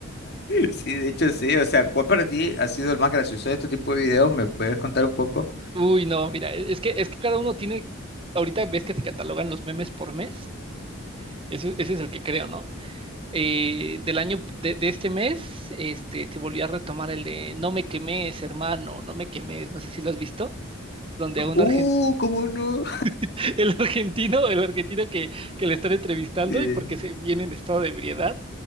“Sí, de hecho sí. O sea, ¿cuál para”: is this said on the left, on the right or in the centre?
Left